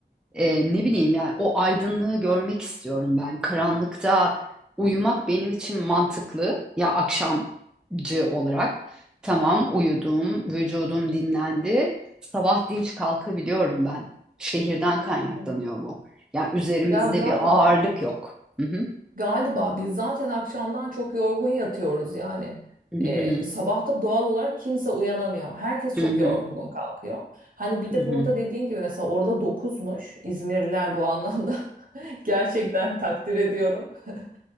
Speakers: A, in the centre; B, on the right.
A: E, ne bileyim yani o aydınlığı görmek istiyorum ben. Karanlıkta uyumak benim için mantıklı. Ya akşamcı olarak. Tamam uyudum, vücudum dinlendi. Sabah dinç kalkabiliyorum ben. Şehirden kaynaklanıyor
B: evet.
A: bu. Ya üzerimizde
B: Ya galiba.
A: bir ağırlık yok. Hı hı.
B: Galiba biz zaten akşamdan çok yorgun yatıyoruz yani.
A: Hı hı.
B: Ee, sabahta doğal olarak kimse uyanamıyor. Herkes
A: Hı
B: çok
A: hı.
B: yorgun kalkıyor. Hani bir
A: Hı
B: de
A: hı.
B: burada dediğin gibi mesela orada dokuzmuş İzmirliler bu anlamda <laughs> Gerçekten takdir ediyorum. <laughs>